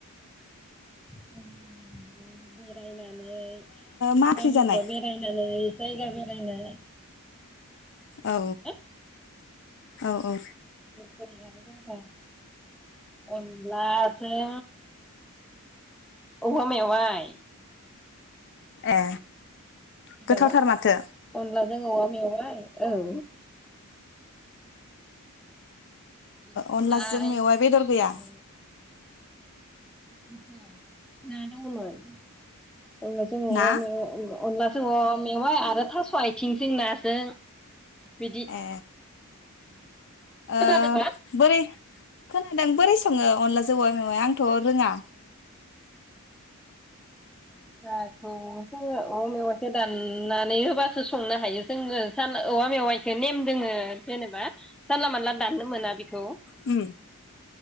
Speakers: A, in the centre; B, on the left.
A: <unintelligible> नानै बेरायनानै
B: मा ओंख्रि
A: माबियावबा
B: जानाय?
A: बेरायनानै जायगा बेरायनो
B: औ
A: <unintelligible>
B: औ औ
A: <unintelligible> अन्लाजों औवा मेवाय
B: ए
A: हेलौ
B: गोथावथार माथो
A: अनला औवा मेवाय औ बिनिफ्राय
B: अनलाजों मेवाइ बेदर गैया
A: ओ <unintelligible> अनला जों औवा
B: ना
A: मेवाय औ अनला थ मेवा आरो थास' आथिं जों नाजों बिदि
B: ए ओ
A: खोनादोंबा
B: बोरै खोनादों बोरै सङो अनला जों औवा मेवाय? आंथ' रोङा।
A: जाखौ जोङो औवा मेवाइखौ दाननानै होबासो संनो हायो जोङो जान औवा मेवाइखौ नेम दोङो जेनेबा जानला मानला दाननो मोना। बेखौ
B: उम।